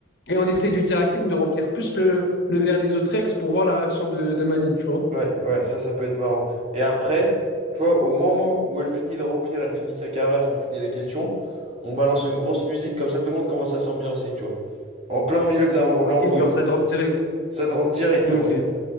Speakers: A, on the left; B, on the right.
A: et on essaye de dire à Kim de remplir plus le, le verre des autres ex pour voir la réaction de, de Manil, tu vois.
B: Ouais, ouais, ça, ça peut être marrant. Et après, tu vois, au moment où elle finit de remplir, elle finit sa carafe et on finit les questions, on balance une grosse musique, comme ça tout le monde commence à s'ambiancer, tu vois. En plein milieu de la- l'embrouille.
A: Et genre, ça drop direct.
B: Ça te rampe direct
A: Ok,
B: en